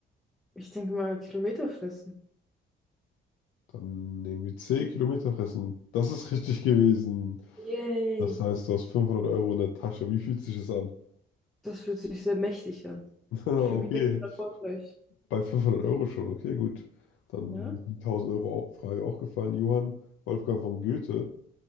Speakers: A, in the centre; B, on the left.
A: Ich denke mal, Kilometer fressen.
B: Dann nehmen wir C, Kilometer fressen. Das ist richtig gewesen.
A: Yay.
B: Das heißt, du hast 500 Euro in der Tasche. Wie fühlt sich das an?
A: Das fühlt sich sehr mächtig an.
B: <laughs> Okay,
A: Ich fühle mich jetzt schon erfolgreich.
B: bei 500 Euro schon. Okay, gut. Dann
A: Ja?
B: ist die 1000 Euro Au- Frage auch gefallen. Johann Wolfgang von Goethe.